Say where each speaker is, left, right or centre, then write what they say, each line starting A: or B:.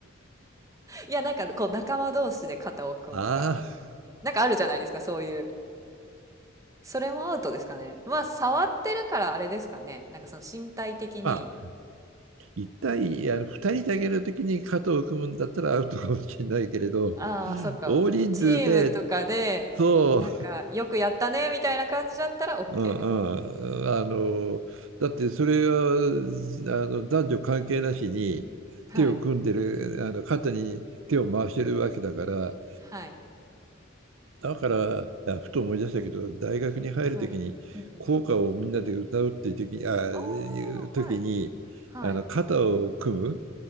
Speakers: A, on the right; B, on the right.
A: いや、なんかこう仲間同士で肩を組むとか。
B: ああ、
A: なんかあるじゃないですか、そういう。それもアウトですかね。まあ、触ってるからあれですかね。なんかその身体的に、
B: まあ、一対、あの、二人だけの時に肩を組むんだったらアウトかもしれないけれど、
A: ああ、そっか。
B: 大人数で、
A: チームとかで、
B: そ
A: いなんか、よくやったね、みたいな感じだったら OK。
B: う、うんうん、あの、だってそれは、あの、男女関係なしに手を組んでる、
A: はい。
B: あの、肩に手を回してるわけだから、
A: はい。
B: だから、あふと思い出したけど、大学に入る時に、
A: はい。うん。
B: 校歌をみんなで歌うっていう時に、あ、
A: おー、
B: 時に、
A: はい。はい。
B: あの、肩を組む、